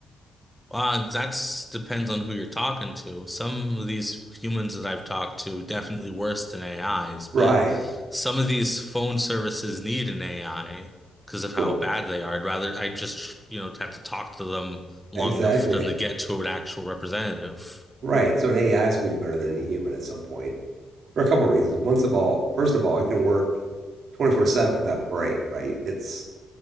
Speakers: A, in the centre; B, on the right.
A: Uh, that's depends on who you're talking to. Some of these humans that I've talked to definitely worse than AIs, but
B: Right.
A: some of these phone services need an AI because of how
B: Well,
A: bad they are. I'd rather I just, you know, have to talk to them long
B: exactly.
A: enough for them to get to an actual representative.
B: Right. So an AI is going to be better than any human at some point for a couple of reasons. Once of all, first of all, it can work 24/7 without a break, right? It's